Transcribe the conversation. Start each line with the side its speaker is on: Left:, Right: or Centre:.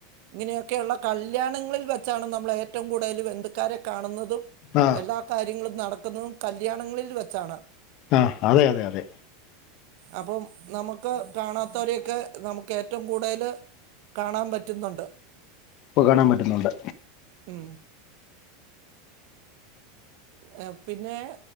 Right: ഇങ്ങനെയൊക്കെയുള്ള കല്യാണങ്ങളിൽ വെച്ചാണ് നമ്മൾ ഏറ്റവും കൂടുതൽ ബന്ധുക്കാരെ കാണുന്നതും
Left: ആ
Right: എല്ലാ കാര്യങ്ങളും നടക്കുന്നതും കല്യാണങ്ങളിൽ വെച്ചാണ്.
Left: ആഹ് അതെ അതെ അതെ
Right: അപ്പം നമുക്ക് കാണാത്തവരെയൊക്കെ നമുക്ക് ഏറ്റവും കൂടുതല് കാണാൻ പറ്റുന്നുണ്ട്
Left: പ്പ കാണാൻ പറ്റുന്നുണ്ട്
Right: ഉം എ പിന്നെ